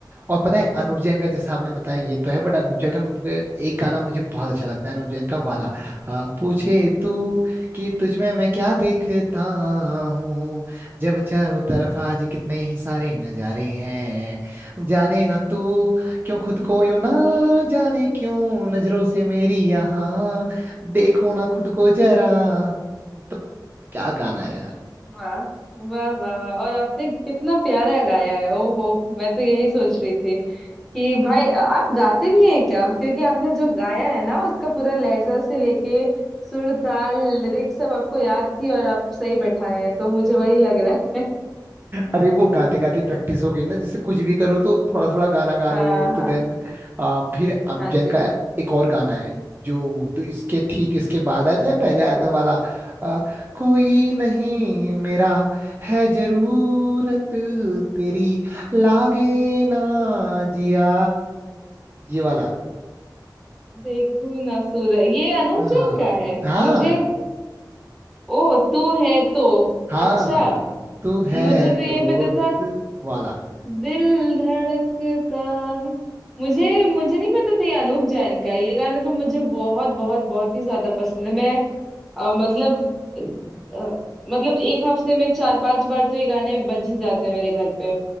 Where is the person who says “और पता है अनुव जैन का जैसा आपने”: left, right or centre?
Right